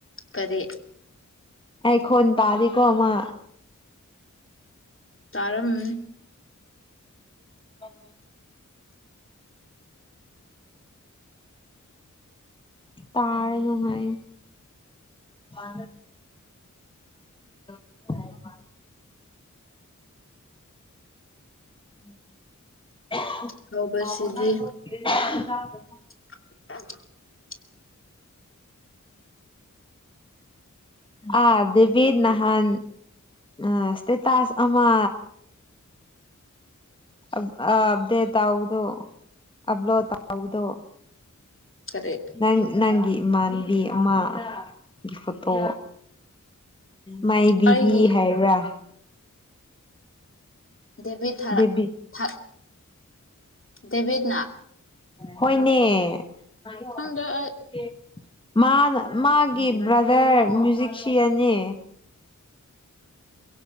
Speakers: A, on the left; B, on the left.
A: ꯀꯔꯤ꯫
B: ꯑꯩꯈꯣꯟ ꯇꯥꯔꯤꯀꯣ ꯃꯥ꯫
A: ꯇꯥꯔꯝꯃꯅꯤ꯫
B: ꯑꯣ꯫ ꯇꯥꯏꯔ ꯅꯍꯥꯏ꯫ ꯑ꯫ <unintelligible> ꯃꯥ꯫ <inaudible> ꯎꯝ꯫
A: ꯍꯧꯕꯁꯤꯗꯤ
B: <unintelligible>
A: <unintelligible>
B: ꯑ ꯗꯦꯕꯦꯗ ꯅꯍꯥꯟ ꯑ ꯁꯇꯦꯇꯥꯁ ꯑꯃ ꯑ ꯑꯕꯗꯦꯠ ꯇꯧꯗꯨ ꯑꯕꯂꯣꯠ ꯇꯧꯕꯗꯨ
A: ꯀꯔꯤ
B: ꯅꯪꯒꯤ ꯅꯪꯪ ꯃꯥꯟꯕꯤ ꯑꯃ ꯐꯣꯇꯣ ꯃꯥꯏ ꯕꯦꯕꯤ
A: ꯑꯩꯒꯤ
B: ꯍꯥꯏꯕ꯭ꯔꯥ
A: ꯗꯦꯕꯤ ꯊꯥꯔ
B: ꯗꯦꯕꯤ
A: ꯊꯥ ꯗꯦꯕꯤꯠꯅꯥ
B: ꯍꯣꯏꯅꯦ <unintelligible>
A: ꯈꯪꯗꯦ ꯑꯩ
B: ꯃꯥꯅ ꯃꯥꯒꯤ ꯕ꯭ꯔꯗꯔ ꯃ꯭ꯌꯨꯖꯤꯛꯁꯤꯌꯥꯟꯅꯦ